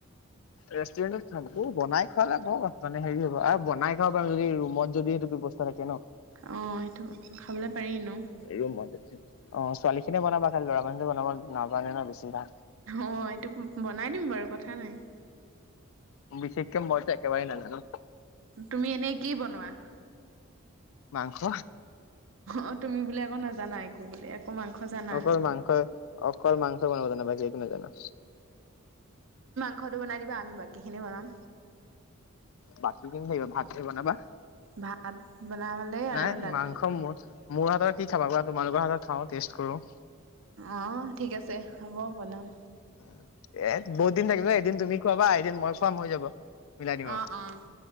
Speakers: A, on the left; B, on the right.
A: ৰেষ্টুৰেণ্টত খাম বনাই খোৱালে মানে হেৰি হ'ব, আৰু বনাই খাব পাৰি যদি ৰুমত যদি সেইটো ব্যৱস্থা থাকে ন'।
B: অ', সেইটো খাবলৈ পাৰি ন'।
A: ৰুমত যদি অ', ছোৱালীখিনিয়ে বনাবা খালি ল'ৰা মানুহে বনাব নাজানে ন' বেছিভাগ।
B: অ', এইটো বনাই দিম বাৰু কথা নাই।
A: বিশেষকে যইটো একেবাৰে নাজানো।
B: তুমি এনেই কি বনোৱা?
A: মাংস
B: অ', তুমি বুলি আকৌ নাজানা একো বুলে আকৌ মাংস জানা?
A: অকল মাংস, অকল মাংস বনাব জানো বাকী একো নাজানো।
B: সতো বনাই দিবা, আমি বাকীখিনি বনাম।
A: বাকীখিনি থাকিব, ভাত বনাবা।
B: ভাত বনালে আৰু
A: নাই
B: দালি
A: মাংস মোৰ, মোৰ হাতত কি খাবা কোৱা, তোমালোকৰ হাতত খাওঁ টেষ্ট কৰো।
B: অ', ঠিক আছে হ'ব বনাম।
A: উ এ বহুত দিন থাকিব এদিন তুমি খোৱাবা এদিন মই খুৱাম হৈ যাব। মিলাই দিম
B: অ', অ',